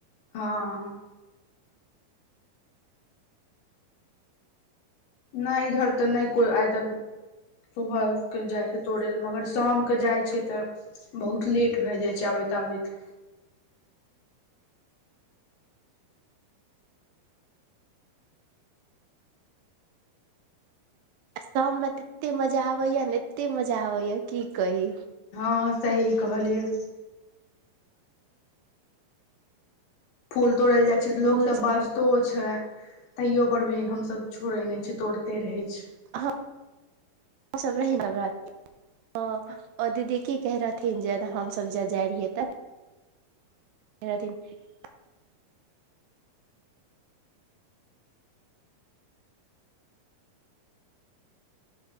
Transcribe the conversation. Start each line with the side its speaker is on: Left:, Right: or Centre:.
Left: हं। नहि इधर त नहि कोई आइ तक सुबह उठि के जाय छै तोड़ै ले मगर शामके जाइ छै तऽ बहुत लेट भए जाइ छै आबैत आबैत।
Right: आ शाममे त एतेक मजा आबैया ने एतेक मजा आबैए की कही।
Left: हँ सही कहलियै। फूल तोड़ै ले जाइ छै त लोक
Right: फूल
Left: सब बाज तो छै तैयो पर भी हमसभ छोड़ै नहि छी, तोड़ते रहे छै।
Right: ह <unintelligible> सब रही नवरात्र हं ओ दीदी की कहै रहथिन जे हमसभ जे जाइ रहियै तऽ? मेरा दिन <unintelligible>